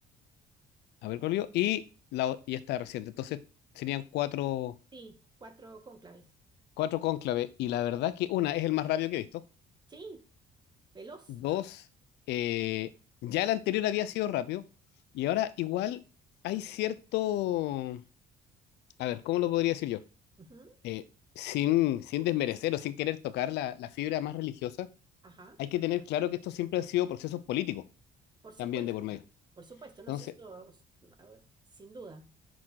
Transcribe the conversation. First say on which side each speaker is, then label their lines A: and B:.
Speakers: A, on the left (about 80°); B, on the right (about 25°).
A: a Bergoglio, y, la, o- y esta reciente. Entonces serían cuatro
B: Sí, cuatro cónclaves.
A: cuatro cónclaves, y la verdad que una, es el más rápido que he visto.
B: Sí. Veloz.
A: Dos, eh, ya el anterior había sido rápido, y ahora igual hay cierto, a ver, ¿cómo lo podría decir yo?
B: Ujú,
A: Eh, sin, sin desmerecer o sin querer tocar la, la fibra más religiosa,
B: Ajá.
A: hay que tener claro que esto siempre han sido procesos políticos
B: Por supuesto.
A: también de por medio.
B: Por supuesto.
A: Entonces,
B: No, sí, eso s- a ver, sin duda.